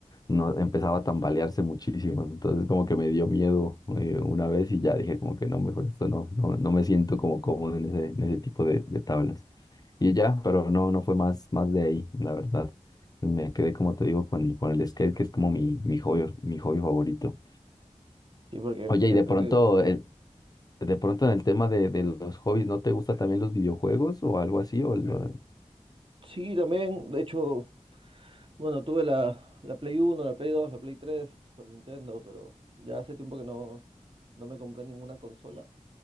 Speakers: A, on the left (about 30°); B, on the right (about 45°).
A: No, empezaba a tambalearse muchísimo, entonces como que me dio miedo eh, una vez y ya dije como que no, mejor esto no, no, no me siento como cómodo en ese, en ese tipo de, de tablas. Y ya, pero no, no fue más, más de ahí, la verdad. Me quedé, como te digo, con, con el skate, que es como mi, mi hobby, mi hobby favorito.
B: Sí, porque
A: Oye,
B: fíjate
A: y de pronto,
B: que, dime.
A: el- de pronto en el tema de, de los hobbies, ¿no te gusta también los videojuegos o algo así? O lo-
B: Sí, también, de hecho, bueno, tuve la, la Play uno la Play dos la Play tres Super Nintendo, pero ya hace tiempo que no, no me compré ninguna consola.